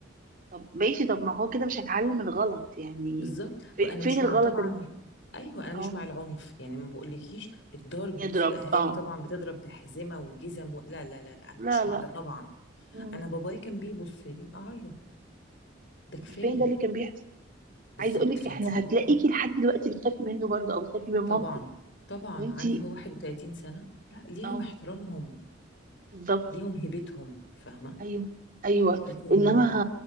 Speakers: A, on the right; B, on the left.
A: طب ماشي طب ما هو كده مش هيتعلم الغلط يعني
B: بالظبط
A: فين
B: وانا
A: فين
B: مش
A: الغلط
B: مع طبعا
A: اللي
B: ايوه انا
A: اه
B: مش مع العنف يعني ما بقولكيش الضرب
A: يضرب
B: وفي اهالي
A: اه
B: طبعا بتضرب بحزمه وجزم و... لا لا لا لا انا
A: لا
B: مش
A: لا
B: مع ده طبعا
A: مم.
B: انا باباي كان بيبص لي اعيط ده كفايه
A: عارفين ده اللي كان بيحصل
B: بالظبط
A: عايزه اقول لك
B: فانتي
A: احنا هتلاقيكي
B: آه،
A: لحد دلوقتي بتخافي منه برضه او بتخافي من مامتك
B: طبعا طبعا
A: وانتي
B: عندي هو 31 سنه لا ليهم
A: اه
B: احترامهم
A: بالظبط
B: ليهم هيبتهم فاهمه
A: ايوه ايوه
B: لكن
A: انما
B: آه،